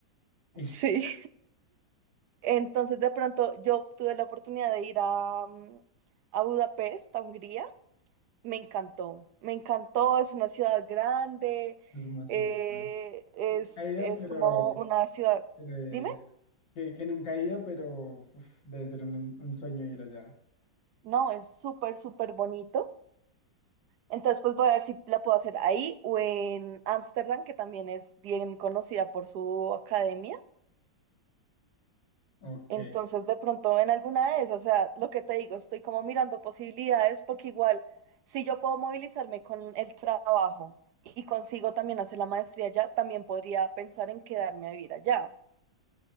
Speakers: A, on the left; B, on the right.
A: y
B: Sí. Entonces, de pronto, yo tuve la oportunidad de ir a, mm, a Budapest, a Hungría, Me encantó, me encantó, es una ciudad grande,
A: <laughs> hermosísimo.
B: eh, es,
A: He ido,
B: es
A: pero,
B: como una ciudad,
A: pero es-
B: dime,
A: que, que nunca he ido, pero uf, debe ser un, un sueño ir allá.
B: no, es súper, súper bonito. Entonces, pues voy a ver si la puedo hacer ahí o en Ámsterdam, que también es bien conocida por su academia.
A: Ok.
B: Entonces, de pronto en alguna de esas, o sea, lo que te digo, estoy como mirando posibilidades porque igual, si yo puedo movilizarme con el trabajo y consigo también hacer la maestría allá, también podría pensar en quedarme a vivir allá.